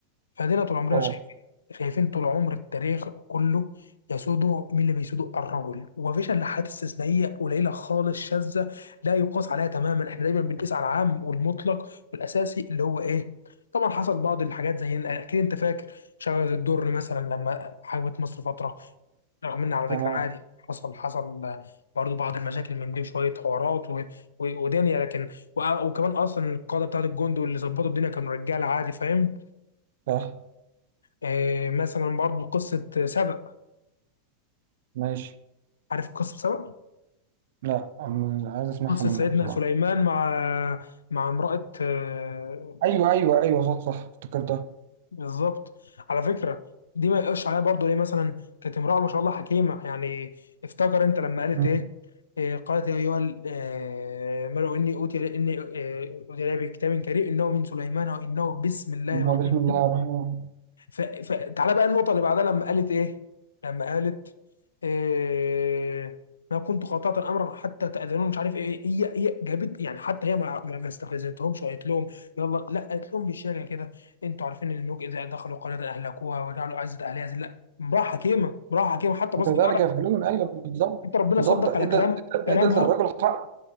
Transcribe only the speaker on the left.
فادينا طول عمرنا
شايفين شايفين طول عمر التاريخ كله يسوده مين اللي بيسوده الرجل ومفيش الا حالات استثنائيه قليله خالص شاذه لا يقاس عليها تماما احنا دايما بنقيس على العام والمطلق والاساسي اللي هو ايه طبعا حصل بعض الحاجات زي اكيد انت فاكر شجره الدر مثلا لما حجبت مصر فتره رغم ان على
فكره عادي حصل حصل برضو بعض المشاكل من دي وشويه حوارات و... و... ودنيا لكن و... وكمان اصلا القاده بتاعت الجند واللي ظبطوا الدنيا كانوا رجاله عادي فاهم
آه، مثلا برضو قصة سبأ
عارف قصة سبأ؟
قصة
سيدنا
سليمان مع مع امرأة آه،
بالظبط على فكرة دي ما يقش عليها برضو ليه مثلا كانت امرأة ما شاء الله حكيمة يعني افتكر انت لما قالت
ايه آه، قالت يا ايها ال- آه، الملأ اني اوتي اني آه، اوتي إلي بكتاب كريم انه من سليمان وانه بسم الله
الرحمن
ف... فتعالى بقى النقطة اللي بعدها لما قالت إيه؟ لما قالت إيه... ما كنت قاطعة أمرا حتى تأذنون مش عارف إيه هي هي جابت يعني حتى هي ما, ما ما استفزتهمش وقالت لهم يلا لا قالت لهم بالشارع كده أنتوا عارفين إن الملوك إذا دخلوا قرية أهلكوها وجعلوا عزة أهلها ذلة لا امرأة حكيمة امرأة حكيمة حتى
بس تعالى
حتى ربنا
صدق
على كلام
كلامها